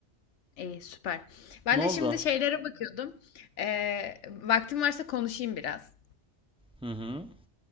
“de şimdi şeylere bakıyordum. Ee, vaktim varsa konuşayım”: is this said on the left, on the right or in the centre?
Left